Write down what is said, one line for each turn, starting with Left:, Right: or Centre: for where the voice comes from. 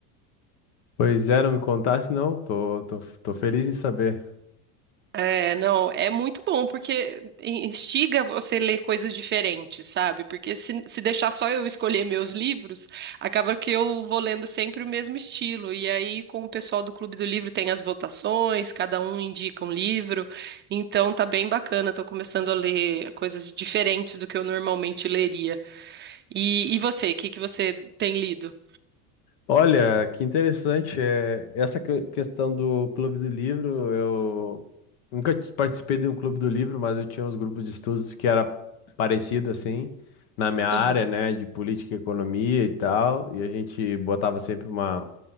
Left: Pois é, não me contasse não, tô, tô, tô feliz em saber.
Right: É, não, é muito bom, porque instiga você a ler coisas diferentes, sabe? Porque se, se deixar só eu escolher meus livros, acaba que eu vou lendo sempre o mesmo estilo. E aí, com o pessoal do Clube do Livro, tem as votações, cada um indica um livro. Então, tá bem bacana, tô começando a ler coisas diferentes do que eu normalmente leria. E, e você, o que que você tem lido?
Left: Olha, que interessante. É, essa que- questão do Clube do Livro, eu nunca t- participei de um Clube do Livro, mas eu tinha uns grupos de estudos que era parecido assim, na minha área,
Right: Aham,
Left: né, de política e economia e tal, e a gente botava sempre uma